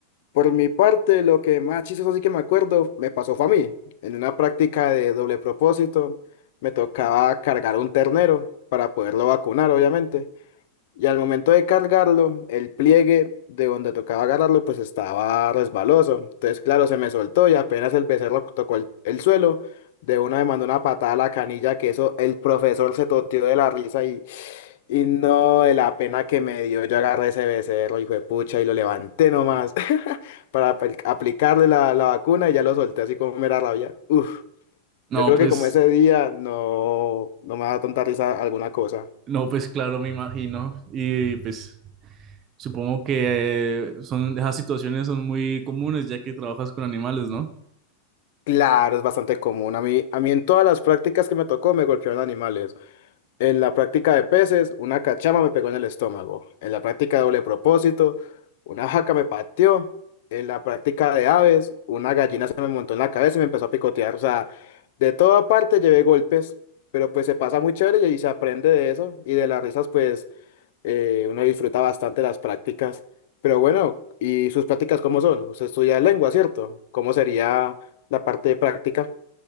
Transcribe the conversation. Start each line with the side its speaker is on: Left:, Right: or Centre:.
Left: Por mi parte, lo que más chistoso así que me acuerdo, me pasó fue a mí. En una práctica de doble propósito, me tocaba cargar un ternero para poderlo vacunar, obviamente. Y al momento de cargarlo, el pliegue de donde tocaba agarrarlo, pues estaba resbaloso. Entonces, claro, se me soltó y apenas el becerro tocó el, el suelo, de una me mandó una patada a la canilla, que eso el profesor se toteó de la risa y, y no de la pena que me dio. Yo agarré ese becerro, hijo de pucha, y lo levanté nomás <laughs> para apl- aplicarle la, la vacuna y ya lo solté así como mera rabia. Uf,
Right: No,
Left: yo creo
Right: pues,
Left: que como ese día no, no me da tanta risa alguna cosa.
Right: no, pues claro, me imagino. Y pues supongo que eh, son, esas situaciones son muy comunes ya que trabajas con animales, ¿no?
Left: Claro, es bastante común. A mí, a mí en todas las prácticas que me tocó me golpearon animales. En la práctica de peces, una cachama me pegó en el estómago. En la práctica de doble propósito, una jaca me pateó. En la práctica de aves, una gallina se me montó en la cabeza y me empezó a picotear. O sea, de toda parte llevé golpes, pero pues se pasa muy chévere y ahí se aprende de eso. Y de las risas, pues eh, uno disfruta bastante las prácticas, pero bueno, ¿y sus prácticas cómo son? Usted estudia lengua, ¿cierto? ¿Cómo sería la parte de práctica?